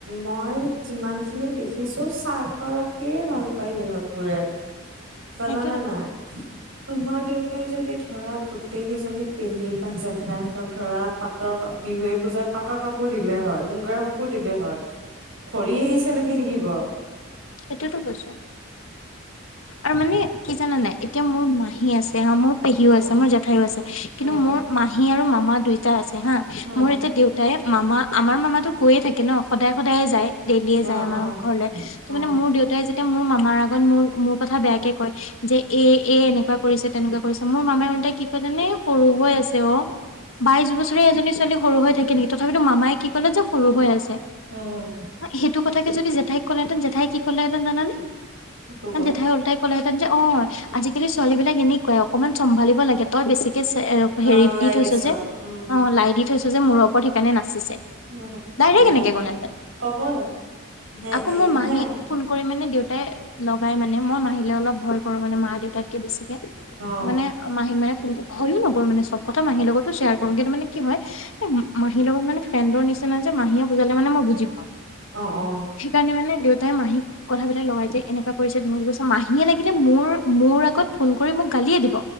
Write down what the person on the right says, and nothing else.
মই যিমান খিনি দেখিছো স্বাৰ্থ ৰাখিয়ে ভাল পায় সিহঁত বোৰে,
জানা নে নাই?
তোমাৰ দেউতাই যদি ধৰা গোটেই কেইজনী পেহী বা জেঠাই হতক ধৰা পাতৰ বিহুৱে পূজাই পাটৰ কাপোৰ দিলে হয়, মুগাৰ কাপোৰ দিলে হয়। ভৰি আহি চেলেকি থাকিব।
উম,
উম,
উম,
অ',
অ',
অ',
উম,
কি কব।
অ'
ওলাই
দিছ
উম,
উম
সেয়া
ক'বই সে
এ
হে
অ',
অ, অ,